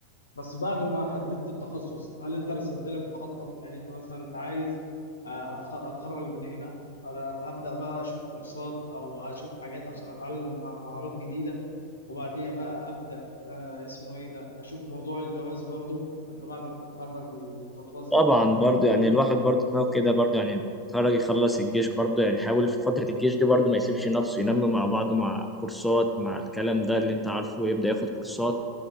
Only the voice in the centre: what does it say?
طبعا
برضه
يعني الواحد برضه ان هو كده
برضه يعني خرج يخلص الجيش برضه يعني حاول في فترة الجيش دي برضه ما يسيبش نفسه ينمي مع بعضه مع كورسات مع الكلام ده اللي انت عارفه يبدأ ياخد كورسات